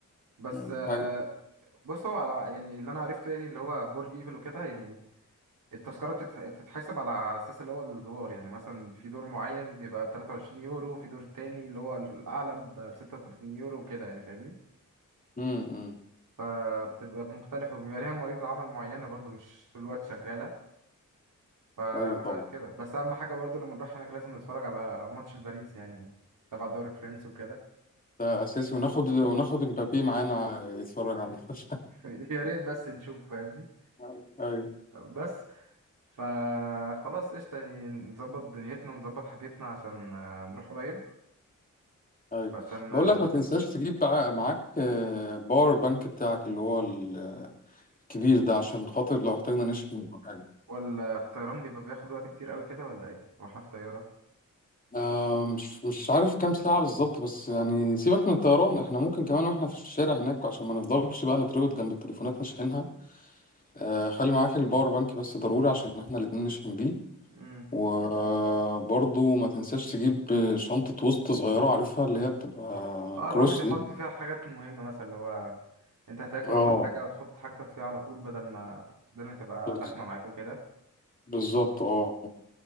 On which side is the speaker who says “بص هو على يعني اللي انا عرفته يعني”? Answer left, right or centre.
Right